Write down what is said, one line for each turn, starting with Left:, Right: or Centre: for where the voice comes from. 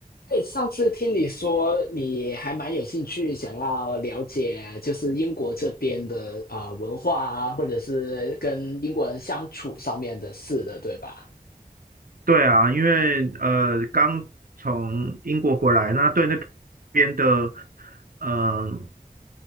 Left: 哎，上次听你说你还蛮有兴趣，想要了解就是英国这边的啊、呃文化啊，或者是跟英国人相处上面的事的，对吧？
Right: 对啊，因为呃刚从英国回来，那对那边的嗯、呃